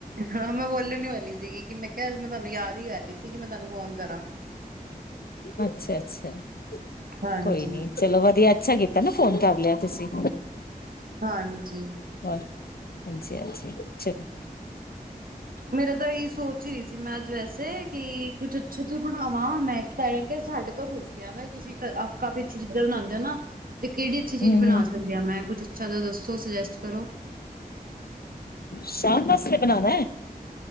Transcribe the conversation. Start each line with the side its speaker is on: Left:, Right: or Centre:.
Right: ਹਾਂ, ਮੈਂ ਬੋਲਣ ਵਾਲੀ ਸੀਗੀ, ਕਿ ਮੈਂ ਕਿਹਾ ਮੈਂ ਤੁਹਾਨੂੰ ਯਾਦ ਹੀ ਕਰ ਰਹੀ ਸੀ, ਗੀ, ਮੈਂ ਤੁਹਾਨੂੰ ਫੋਨ ਕਰਾਂ।
Left: ਅੱਛਾ- ਅੱਛਾ,
Right: ਹਾਂਜੀ।
Left: ਕੋਈ ਨੀ ਚਲੋ, ਵਧੀਆ ਅੱਛਾ ਕੀਤਾ ਨਾ, ਫੋਨ ਕਰ ਲਿਆ ਤੁਸੀਂ
Right: ਹਾਂਜੀ।
Left: ਹੋਰ ਹਾਂਜੀ, ਹਜੀ, ਚਲੋ।
Right: ਮੇਰਾ ਤਾਂ ਇਹੀ ਸੋਚ ਹੀ ਰਹੀ ਮੈਂ ਅੱਜ ਵੈਸੇ ਕਿ, ਕੁਛ ਅੱਛਾ ਜਾ ਬਣਾਵਾਂ, ਮੈਂ ਕਿਹਾ ਸਾਡੇ ਤੋਂ ਪੁਸ਼ ਕੇ ਆਵਾਂ, ਤੁਸੀਂ ਕਾਫੀ ਅੱਛੀ ਚੀਜ਼ਾਂ ਬਣਾਉਦੇ ਹੋ ਨਾ। ਤੇ, ਕਿਹੜੀ ਅੱਛੀ
Left: ਹੂੰ,
Right: ਚੀਜ਼ ਬਣਾ
Left: ਹੂੰ
Right: ਸਕਦੇ ਆ, ਮੈਂ ਕੁੱਛ ਅੱਛਾ ਤਾਂ, ਦੱਸੋ ਸੁਜੈਸਟ ਕਰੋ।
Left: ਸ਼ਾਮ ਵਾਸਤੇ ਬਣਾਉਣਾ ਆ।